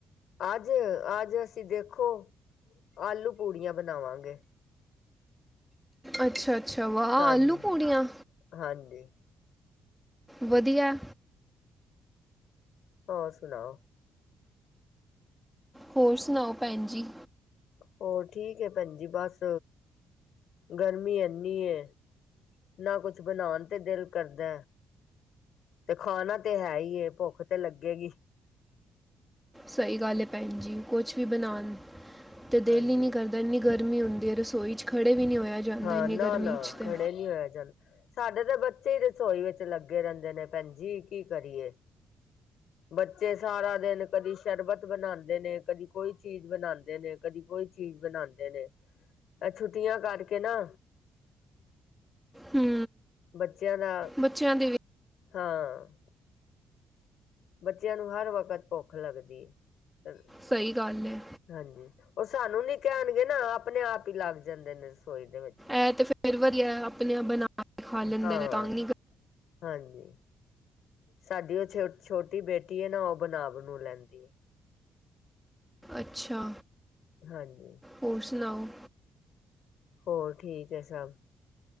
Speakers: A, on the left; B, in the centre.
A: ਅੱਜ-ਅੱਜ ਅਸੀਂ ਦੇਖੋ ਆਲੂ ਪੂੜੀਆਂ ਬਣਾਵਾਂਗੇ।
B: ਅੱਛਾ-ਅੱਛਾ ਵਾਹ
A: ਹਾਂਜੀ
B: ਆਲੂ ਪੂੜੀਆਂ
A: ਹਾਂਜੀ
B: ਵਧੀਆ
A: ਹੋਰ ਸੁਣਾਓ।
B: ਹੋਰ ਸੁਣਾਓ ਭੈਣ ਜੀ।
A: ਹੋਰ ਠੀਕ ਏ ਭੈਣ ਜੀ ਬਸ ਗਰਮੀ ਏਨੀ ਏ। ਨਾ ਕੁਛ ਬਣਾਣ ਤੇ ਦਿਲ ਕਰਦਾ ਤੇ ਖਾਣਾ ਤੇ ਹੈ ਈ ਏ ਭੁੱਖ ਤੇ ਲੱਗੇਗੀ।
B: ਸਈ ਗੱਲ ਏ ਭੈਣ ਜੀ ਕੁਛ ਵੀ ਬਣਾਣ ਤੇ ਦਿਲ
A: ਹਾਂਜੀ
B: ਈ ਨਈ ਕਰਦਾ ਇੰਨੀ ਗਰਮੀ ਹੁੰਦੀ ਏ ਰਸੋਈ 'ਚ ਖੜ੍ਹੇ ਵੀ ਨਈ ਹੋਇਆ। ਜਾਂਦਾ
A: ਹਾਂ
B: ਇੰਨੀ
A: ਨਾ-ਨਾ
B: ਗਰਮੀ 'ਚ ਤੇ
A: ਖੜੇ ਨਈ ਹੋਇਆ ਜਾਨ ਸਾਡੇ ਤਾਂ ਬੱਚੇ ਈ ਰਸੋਈ ਵਿੱਚ ਲੱਗੇ ਰੈਂਦੇ ਨੇ ਭੈਣ ਜੀ ਕੀ ਕਰੀਏ। ਬੱਚੇ ਸਾਰਾ ਦਿਨ ਕਦੀ ਸ਼ਰਬਤ ਬਣਾਂਦੇ ਨੇ ਕਦੀ ਕੋਈ ਚੀਜ਼ ਬਣਾਂਦੇ ਨੇ। ਕਦੀ ਕੋਈ ਚੀਜ਼ ਬਣਾਂਦੇ ਨੇ ਐ ਛੁੱਟੀਆਂ ਕਰਕੇ ਨਾ
B: ਹੂੰ
A: ਬੱਚੇਆਂ ਦਾ
B: ਬੱਚਿਆਂ ਦੇ ਵੀ
A: ਹਾਂ। ਬੱਚੇਆਂ ਨੂੰ ਹਰ ਵਕਤ ਭੁੱਖ ਲੱਗਦੀ ਐ।
B: ਸਈ ਗੱਲ ਐ।
A: ਹਾਂਜੀ ਓ ਸਾਨੂੰ ਨੀ ਕੈਣਗੇ ਨਾ ਆਪਣੇ ਆਪ ਈ ਲੱਗ ਜਾਂਦੇ ਨੇ ਰਸੋਈ ਚ
B: ਐ ਤੇ ਫੇਰ ਵਦੀਆ ਆਪਣੇ ਆਪ ਬਣਾ ਕੇ ਖਾ ਲੈਂਦੇ
A: ਹਾਂ
B: ਨੇ ਤਾਂਹੀ।
A: ਹਾਂਜੀ। ਸਾਡੀ ਓ ਛੋ ਛੋਟੀ ਬੇਟੀ ਏ ਨਾ ਓ ਬਣਾ ਬਣੂ ਨੂੰ ਲੈਂਦੀ ਐ।
B: ਅੱਛਾ।
A: ਹਾਂਜੀ।
B: ਹੋਰ ਸੁਣਾਓ?
A: ਹੋਰ ਠੀਕ ਐ ਸਬ।